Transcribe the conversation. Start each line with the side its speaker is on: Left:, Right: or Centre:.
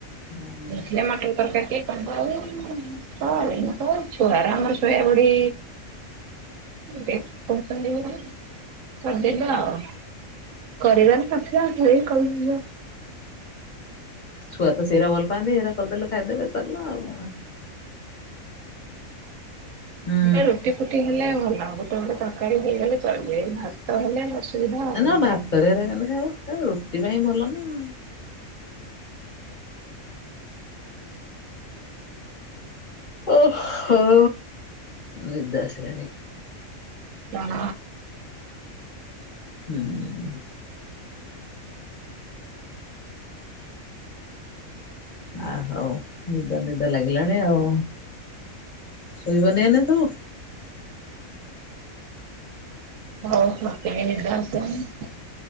Left: ହୁଁ
Right: ଦେଖିଲ ମଟର ତରକାରି ଟିକେ <unintelligible> କରିମିତ ଛୁଆଅରା ଆମର ସୋୟାବଡ଼ି ଦେଖୋଉଚନ୍ତି ବୋଲି କରିଦେବା ଆଉ କରିବାର ନଥିଲା ସେଇ କହିଥିଲା
Left: ଛୁଆତ ସେରା ଭଲ ପାଆନ୍ତି ହେରା କରିଦେଲେ ଖାଇଦେବେ ସାରିଲା ଆଉ କଣ। ହୁଁ
Right: ଗଟେ ରୁଟି ଫୁଟି ହେଲେ ଭଲ ହବ ତ ଗୋଟେ ତରକାରୀ ହେଇଗଲେ ଚଳିବ ଏଇ ଭାତ ହେଲେ ଅସୁବିଧା ଆଉ।
Left: ନା ନା ଭାତରେ ଏରା କେମତି ଖାଇାବୁ ରୁଟି ପାଇଁ ଭଲନା ଆଉ। ଓ ହ ନିଦ ଇସିଲାଣି।
Right: କଣ
Left: ହୁଁ। ଆହଉ ନିଦ ନିଦ ଲାଗିଲାଣି ଆଉ ଶୋଇବନି ଏଇନା ସବୁ।
Right: ହଉ ମତେବି ନିଦ ଆସିଲାଣି